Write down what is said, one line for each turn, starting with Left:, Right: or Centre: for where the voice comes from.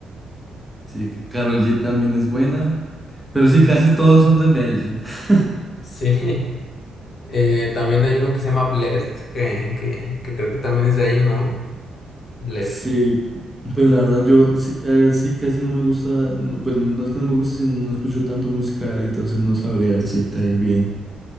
Centre: Sí, Karol G también es buena, pero sí, casi todos son de Medellín. <laughs>
Left: Sí. <laughs> Eh, también hay uno que se llama Blessed, que, que, que creo que también es de ahí, ¿no? Blessed.
Centre: Sí, pero la verdad yo sí, eh, sí casi no me gusta, no, pues no es que no me guste, sino no escucho tanto musical, entonces no sabría decirte ahí bien.